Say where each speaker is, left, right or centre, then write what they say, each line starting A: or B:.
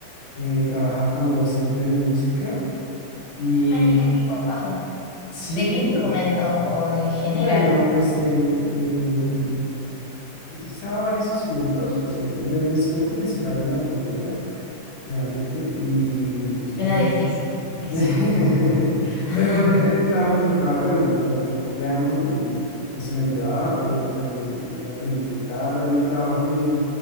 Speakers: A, on the left; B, on the left.
A: eh, trabajaba como docente de música y
B: Ay, mira qué copado.
A: sí,
B: ¿De qué instrumento o de general?
A: bueno, pues eh, eh, utilizaba varios instrumentos, eh, bueno, el instrumento principal es la trompeta, realmente, y
B: Suena
A: eh,
B: difícil eso.
A: <laughs>
B: <laughs>
A: Pero en el, en el trabajo me tocaba, bueno, yo también toco piano y eso me ayudaba, eh, también eh, aprendí guitarra y el trabajo me,